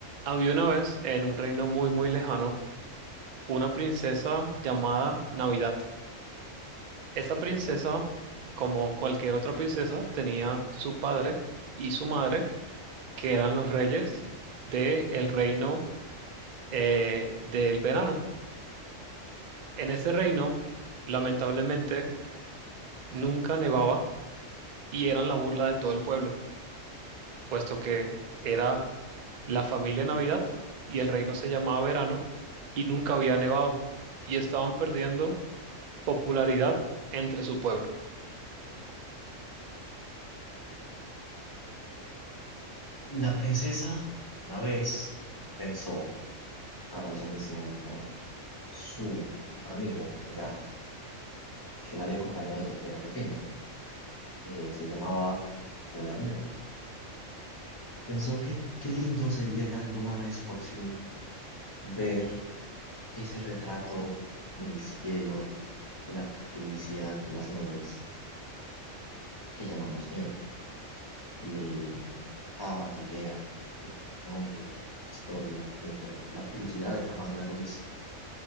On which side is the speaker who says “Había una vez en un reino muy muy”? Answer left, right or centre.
Right